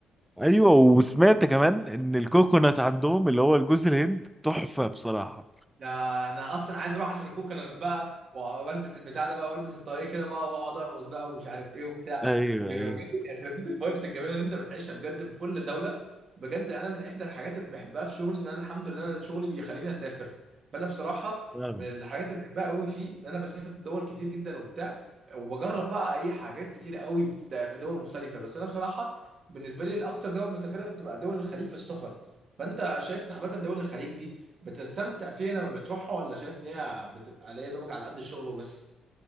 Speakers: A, in the centre; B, on the right (about 50°).
A: ايوه وسمعت كمان ان الكوكونات عندهم اللي هو الجوز الهند تحفة بصراحة
B: ده انا اصلا عايز اروح عشان الكوكونات بقى وأ- والبس البتاع ده بقى والبس الطاقية كده بقى واقعد ارقص بقى ومش عارف ايه وبتاع
A: ايوه
B: بيبقى
A: ايوه
B: بجد يخرب بيت الفايبس الجميله اللي انت بتعيشها بجد في كل دوله بجد انا من احدى الحاجات اللي بحبها في شغلي ان انا الحمد لله انا شغلي بيخليني اسافر فانا بصراحه
A: فعلا
B: من الحاجات اللي بحبها قوي فيه ان انا بسافر دول كتير جدا وبتاع وبجرب بقى اي حاجات كتير قوي في د- في دول مختلفه بس انا بصراحه بالنسبه لي الاكتر دول بسافرها بتبقى دول الخليج في السفر فانت شايف ان عامه دول الخليج دي بتستمتع فيها لما بتروحها ولا شايف ان هي بتبقى ليا دوبك على قد الشغل وبس